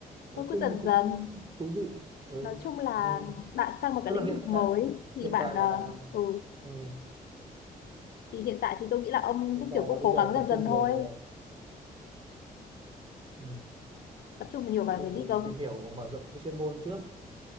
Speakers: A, on the right; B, on the left.
A: nói
B: tôi
A: chung
B: cứ dần
A: là cũng
B: dần
A: thú vị ừ.
B: nói chung là
A: ừ.
B: bạn sang một cái
A: tức là
B: lĩnh
A: hiện
B: vực mới
A: tại
B: thì
A: hiện
B: bạn
A: tại
B: ờ,
A: là
B: ừ
A: ừ.
B: thì hiện tại thì tôi nghĩ là ông
A: hiện
B: cũng
A: tại
B: kiểu
A: là
B: cũng
A: bây
B: cố
A: giờ
B: gắng
A: là tập
B: dần
A: trung
B: dần thôi
A: nhiều về ừ.
B: tập trung nhiều
A: về
B: vào cái
A: thì
B: gì cơ
A: tìm hiểu mở rộng cái chuyên môn trước